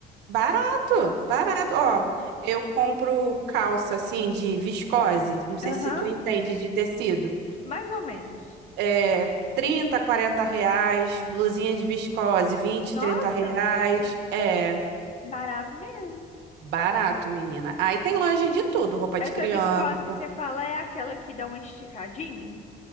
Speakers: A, on the right; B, on the left.
A: barato, barato. Ó,
B: Cama.
A: eu compro calça assim de viscose, não sei
B: Aham,
A: se tu entende de tecido.
B: mais ou menos.
A: É, 30, 40 reais. Blusinha de viscose, vinte,
B: Nossa,
A: trinta reais. É,
B: barato mesmo.
A: barato, menina. Aí tem loja de tudo, roupa
B: Essa
A: de criança.
B: viscose que você fala é aquela que dá uma esticadinha?